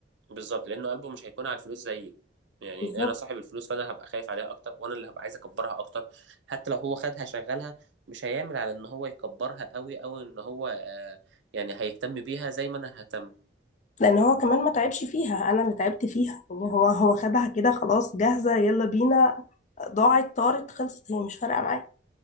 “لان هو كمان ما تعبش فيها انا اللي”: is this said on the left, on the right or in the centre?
Left